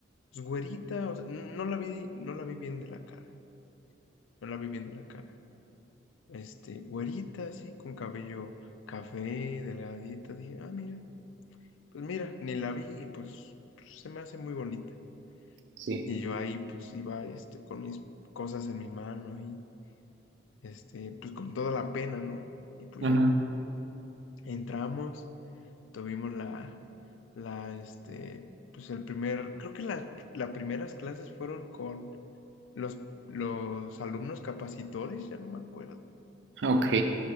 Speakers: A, on the left (about 80°); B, on the right (about 65°).
A: pues güerita, o sea, n- no la vi, no la vi bien de la cara, no la vi bien de la cara. Este, güerita, así, con cabello café, delgadita, dije, ah, mira, pues mira, ni la vi y pues, pues, se me hace muy bonita.
B: sí.
A: Y yo ahí, pues iba, este, con mis cosas en mi mano ahí, este, pues con toda la pena, ¿no? Y pues
B: Ajá.
A: ya. Entramos, tuvimos la, la, este, pues el primer, creo que las las primeras clases fueron con los, los alumnos capacitores, ya no me acuerdo.
B: Ok.